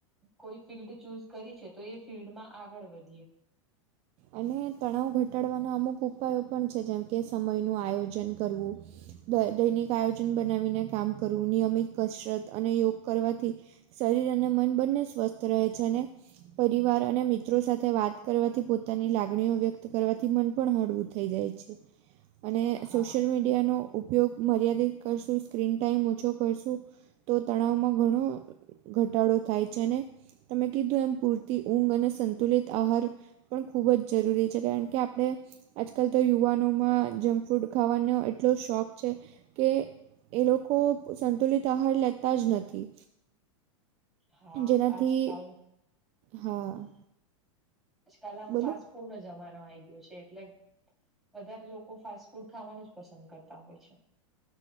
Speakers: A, in the centre; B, on the right (about 40°).
A: કોઈ ફિલ્ડ ચૂઝ કરી છે તો એ ફિલ્ડ માં આગળ વધીએ.
B: અને તણાવ ઘટાડવાના અમુક ઉપાયો પણ છે જેમ કે સમયનું આયોજન કરવું. દય દૈનિક આયોજન બનાવીને કામ કરવું નિયમિત કસરત અને યોગ કરવાથી. શરીર અને મન બંને સ્વસ્થ રહે છે અને પરિવાર અને મિત્રો સાથે વાત કરવાથી પોતે પોતાની લાગણીઓ વ્યક્ત કરવાથી મન પણ હળવું થઈ જાય છે અને
A: હા
B: સોશિયલ મીડ મીડિયાનો ઉપયોગ મર્યાદિત કરશું સ્ક્રીન ટાઈમ ઓછો કરશું. તો તણાવમાં ઘણું ઘટાડો થાય છે, અને તમે કીધું એમ પૂરતી ઊંઘ અને સંતુલિત આહાર પણ ખૂબ જ જરૂરી છે કારણ કે આપણે આજકાલ તો યુવાનોમાં જંક ફૂડ ખાવાનો એટલો શોખ છે કે એ લોકો સંતુલિત આહાર લેતા જ નથી.
A: હા,
B: જેનાથી
A: આજ કાલ
B: હા.
A: આજકાલ આમ
B: બોલો
A: ફાસ્ટ ફૂડ નો જમાનો આઈ ગયો છે એટલે વધારે લોકો ફાસ્ટ ફૂડ ખાવાનું જ પસંદ કરતા હોય છે.